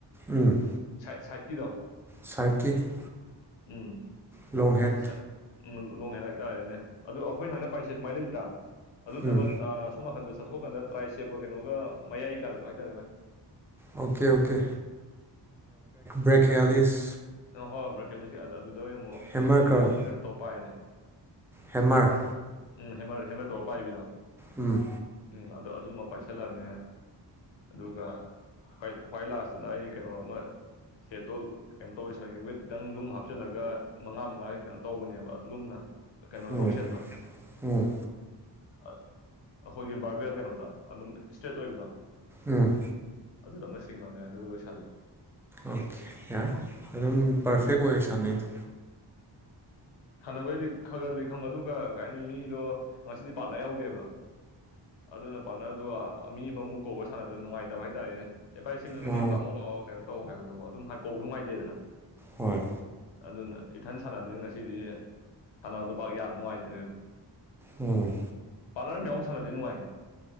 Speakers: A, in the centre; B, on the left (about 85°).
A: ꯎꯝ
B: ꯁꯥꯏꯤꯗꯣ
A: ꯁꯥꯔꯇꯀꯤ
B: ꯎꯝ
A: ꯂꯣꯡꯍꯦꯠ
B: ꯁꯥꯏꯠ ꯎꯝ ꯂꯣꯡꯉꯦ ꯍꯥꯏꯇꯥꯔꯦꯅꯦ ꯑꯗꯣ ꯑꯩꯈꯣꯏ ꯍꯥꯏꯅ ꯕꯥꯏꯛꯁꯦꯠ ꯁꯨꯃꯥꯏꯅ ꯂꯩꯇ꯭ꯔꯥ ꯑꯗꯨ ꯅꯠꯇꯕ
A: ꯎꯝ
B: ꯁꯣꯝ ꯅꯥꯀꯟꯗ ꯆꯠꯊꯣꯛꯀꯥꯟꯗ ꯇ꯭ꯔꯥꯏ ꯁꯦꯞꯀ ꯀꯩꯅꯣꯒ ꯃꯌꯥꯏ ꯀꯥꯔꯛꯄ ꯍꯥꯏꯇꯥꯔꯦ ꯃꯚ
A: ꯑꯣꯀꯦ ꯑꯣꯀꯦ ꯭ꯔꯦꯛꯦꯛ ꯍ ꯌꯥꯂꯤꯁ
B: ꯑ ꯍꯣꯏ ꯕ꯭ꯔꯀꯦꯂꯤꯁꯦ ꯑꯗꯨꯗ ꯑꯣꯏꯅ ꯑꯃꯨꯛ
A: ꯍꯦꯃꯔ
B: ꯑꯗꯨꯒꯤꯅ
A: ꯀꯔꯜ
B: ꯑꯃꯨꯛ ꯀꯩꯅꯣ ꯇꯧꯕ ꯄꯥꯏꯌꯦꯅꯦ
A: ꯍꯦꯃꯔ
B: ꯎꯝ ꯍꯦꯃꯔ ꯍꯦꯃꯔ ꯇꯧꯔ ꯄꯥꯏ ꯏꯕꯤꯗꯣ
A: ꯎꯝ
B: ꯎꯝ ꯑ ꯑꯗꯨꯃ ꯄꯥꯏꯁꯤꯜꯂꯃꯦ ꯑꯗꯨꯒ ꯈ꯭ꯋꯥꯏ ꯂꯥꯁꯇ ꯂꯥꯏꯔꯤ ꯀꯩꯅꯣ ꯑꯃ ꯁꯦꯇꯣꯜ ꯀꯩꯅꯣ ꯇꯧꯔꯦ ꯋꯦꯠ ꯈꯤꯇꯪ ꯂꯨꯝ ꯍꯥꯞꯆꯤꯜꯂꯒ ꯃꯉꯥ ꯃꯉꯥꯒꯤ ꯀꯩꯅꯣ ꯇꯧꯕꯅꯦꯕ ꯂꯨꯝꯅ ꯀꯩꯅꯣ
A: ꯎꯝ
B: ꯗ꯭ꯔꯣꯕꯁꯦꯠ
A: ꯎꯝ
B: ꯑꯩꯈꯣꯏꯒꯤ ꯕꯥꯔꯕꯦꯜ ꯀꯩꯅꯣꯗ ꯑꯗꯨꯝ ꯏꯁꯇ꯭ꯔꯦꯠ ꯑꯣꯏꯕꯗꯣ
A: ꯎꯝ
B: ꯑꯗꯨꯗ ꯑꯃ ꯆꯤꯡꯉꯥꯝꯃꯦ ꯑꯗꯨꯒ ꯂꯣꯏꯁꯜꯂꯦ
A: ꯑꯣꯀꯦ ꯌꯥꯔꯦ ꯑꯗꯨꯝ ꯄꯔꯐꯦꯛ ꯑꯣꯏ ꯁꯥꯟꯅꯩꯗ
B: ꯁꯥꯟꯅꯕꯩꯗꯤ ꯈꯔꯗꯤ ꯈꯪꯕ ꯑꯗꯨꯒ ꯀꯩ ꯍꯥꯏꯅꯤ ꯃꯤꯗꯣ ꯉꯁꯤꯗꯤ ꯄꯥꯠꯅꯂ ꯌꯥꯎꯗꯦꯕ ꯑꯗꯨꯅ ꯄꯥꯠꯅꯔꯗꯨ ꯃꯤ ꯑꯃꯃꯨꯛ ꯀꯧꯕ ꯁꯥꯟꯅꯕꯗ ꯅꯨꯡꯉꯥꯏꯇꯕ ꯍꯥꯏꯇꯥꯔꯦꯅꯦ ꯚꯥꯏꯁ ꯁꯤꯃꯗ ꯃꯇꯦꯡ
A: ꯃꯥ
B: ꯄꯥꯡꯉꯣ ꯂꯥꯛꯑꯣ ꯀꯩꯅꯣ ꯇꯧ ꯍꯥꯏꯕꯗꯨꯕ ꯑꯗꯨꯝ ꯍꯥꯏ ꯀꯧꯕ ꯅꯨꯡꯉꯥꯏꯇꯦꯗꯅ
A: ꯍꯣꯏ
B: ꯑꯗꯨꯅ ꯏꯊꯟ ꯁꯥꯟꯅꯕꯗꯨꯅꯤ ꯉꯁꯤꯗꯤ ꯁꯥꯟꯅꯕꯗꯨꯣ ꯄꯥꯛ ꯌꯥꯝ ꯅꯨꯡꯉꯥꯏꯇ꯭ꯔꯦ
A: ꯎꯝ
B: ꯄꯥꯂꯔ ꯃꯦꯌꯥꯝ ꯁꯥꯟꯅꯕꯗꯤ ꯅꯨꯡꯉꯥꯏ